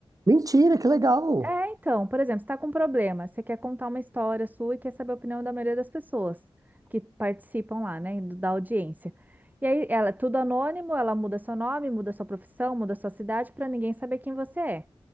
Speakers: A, on the right; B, on the right.
A: Mentira, que legal!
B: É, então, por exemplo, você está com um problema, você quer contar uma história sua e quer saber a opinião da maioria das pessoas que participam lá, né, do- da audiência. E aí, ela é tudo anônimo, ela muda seu nome, muda sua profissão, muda sua cidade para ninguém saber quem você é.